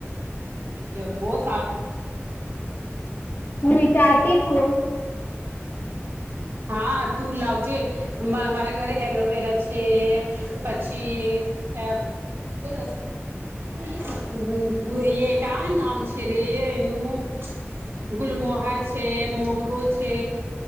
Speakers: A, on the right; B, on the left.
A: બોસ
B: હું વિચારતી છું
A: હા તું લાવજે મારે ઘરે એલોવેરા છે પછી એ <unintelligible> હુ જોઈએ કા નામ છે રે એનું ગુલમોગ વાર છે મોગરો છે